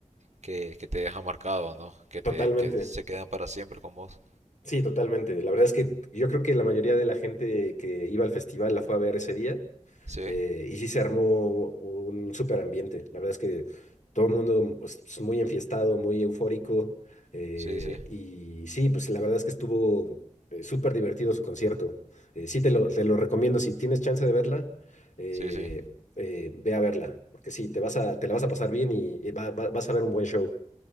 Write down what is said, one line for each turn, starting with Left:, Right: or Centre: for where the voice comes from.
Right: que, que te deja marcado, ¿no? Que,
Left: totalmente,
Right: te, que se quedan para siempre con vos.
Left: sí, totalmente. La verdad es que yo creo que la mayoría de la gente que iba al festival la fue a ver ese día.
Right: Sí,
Left: eh, y sí se armó un súper ambiente. La verdad es que todo el mundo pues, es muy enfiestado, muy eufórico. eh,
Right: sí, sí,
Left: y sí, pues la verdad es que estuvo eh, súper divertido su concierto. Eh, sí, te lo, te lo recomiendo. Si tienes chance de verla, eh,
Right: sí, sí.
Left: eh, ve a verla. Porque sí, te vas a, te la vas a pasar bien y, y va- va- vas a ver un buen show.